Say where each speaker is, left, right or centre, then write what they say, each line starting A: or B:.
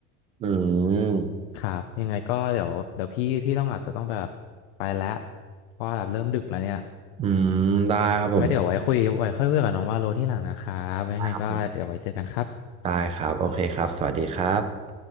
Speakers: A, on the right; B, on the left.
A: อืม
B: ครับยังไงก็เดี๋ยวเดี๋ยวพี่พี่ต้องอาจจะต้องแบบไปแล้วเพราะว่าแบบเริ่มดึกแล้วเนี่ย
A: อืมได้ครับผม
B: ไม่เดี๋ยวไว้คุยไว้ค่อยคุยกับน้องว่าโลที่หลังนะครับไว้ยังไงก็เดี๋ยวไว้เจอกันครับ
A: ได้ครับผมได้ครับโอเคครับสวัสดีครับ